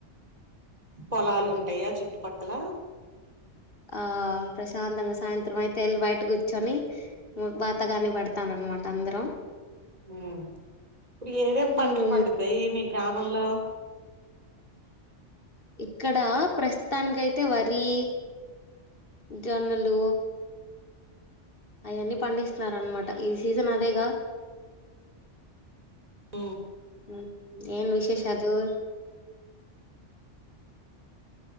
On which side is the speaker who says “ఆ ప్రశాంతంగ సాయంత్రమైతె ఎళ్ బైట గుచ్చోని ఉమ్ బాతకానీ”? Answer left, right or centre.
Left